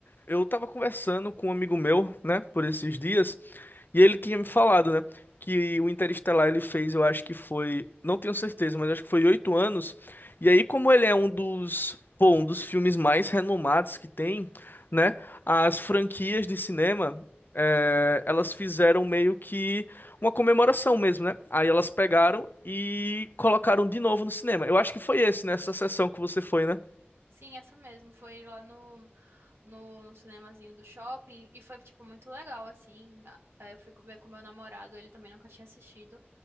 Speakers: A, on the left; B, on the right.
A: eu tava conversando com um amigo meu, né, por esses dias, e ele tinha me falado, né, que o Interestelar ele fez, eu acho que foi, não tenho certeza, mas acho que foi oito anos, e aí como ele é um dos, pô, um dos filmes mais renomados que tem, né, as franquias de cinema, é, elas fizeram meio que uma comemoração mesmo, né, aí elas pegaram e colocaram de novo no cinema, eu acho que foi esse, nessa sessão que você foi, né?
B: Sim, essa mesmo. Foi lá no no, no cinemazinho do shopping e foi, tipo, muito legal, assim. A- aí Eu fui ver com meu namorado, ele também nunca tinha assistido.